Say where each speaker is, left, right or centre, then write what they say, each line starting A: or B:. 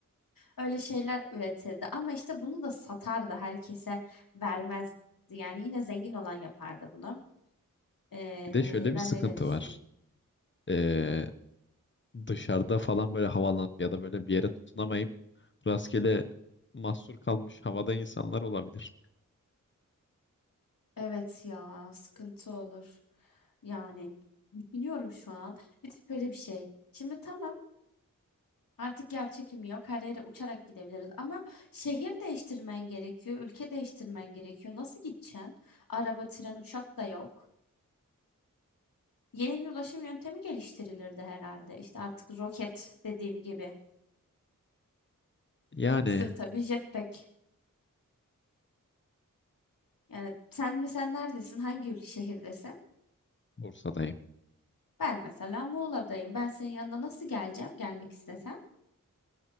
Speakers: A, on the left; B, on the left.
A: öyle şeyler üretirdi ama işte bunu da satardı herkese vermezdi yani yine zengin olan yapardı bunu. Ee,
B: Bir de şöyle bir
A: ben
B: sıkıntı
A: öyle düşünüyorum.
B: var. Ee, dışarıda falan böyle havalanıp ya da böyle bir yere tutunamayıp rastgele mahsur kalmış havada insanlar olabilir.
A: Evet ya sıkıntı olur. Yani düşünüyorum şu an. Bir de şöyle bir şey. Şimdi tamam artık yer çekimi yok. Her yere uçarak gidebiliriz. Ama şehir değiştirmen gerekiyor. Ülke değiştirmen gerekiyor. Nasıl gideceksin? Araba, tren, uçak da yok. Yeni bir ulaşım yöntemi geliştirilirdi herhalde. İşte artık roket dediğim gibi.
B: Yani
A: Sırta bir jetpack. Yani sen mesela neredesin? Hangi ül- şehirdesin?
B: Bursa'dayım.
A: Ben mesela Muğla'dayım. Ben senin yanına nasıl geleceğim? Gelmek istesem.